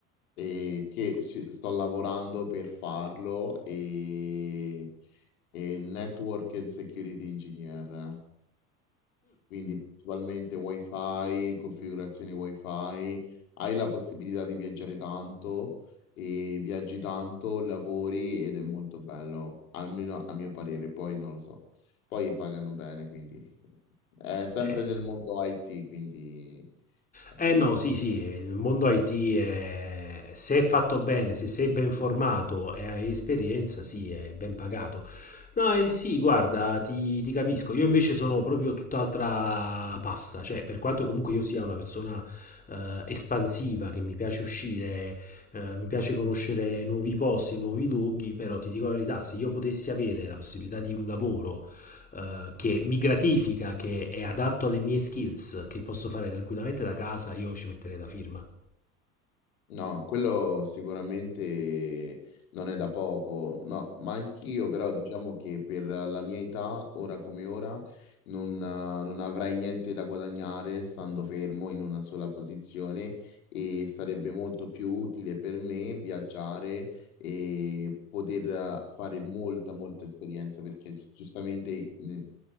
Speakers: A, on the left; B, on the left.
A: e che ci- sto lavorando per farlo e, e il Network and Security Engineer quindi principalmente wifi, configurazioni wifi, hai la possibilità di viaggiare tanto e viaggi tanto, lavori ed è molto bello, almeno a mio parere, poi non lo so. Poi pagano bene, quindi è sempre
B: Eh
A: nel
B: sì.
A: mondo IT, quindi è
B: Eh
A: quello.
B: no, sì, sì, il mondo IT è- se è fatto bene, se sei ben formato e hai esperienza, sì, è ben pagato. No, eh sì, guarda, ti, ti capisco. Io invece sono proprio tutt'altra pasta, cioè, per quanto comunque io sia una persona eh, espansiva, che mi piace uscire, eh, mi piace conoscere nuovi posti, nuovi luoghi, però ti dico la verità, se io potessi avere la possibilità di un lavoro eh, che mi gratifica, che è adatto alle mie skills, che posso fare tranquillamente da casa, io ci metterei la firma.
A: No, quello sicuramente non è da poco, no, ma anch'io però diciamo che per la mia età, ora come ora, non, eh, non avrei niente da guadagnare stando fermo in una sola posizione e sarebbe molto più utile per me viaggiare e poter eh, fare molta, molta esperienza perché giustamente mm,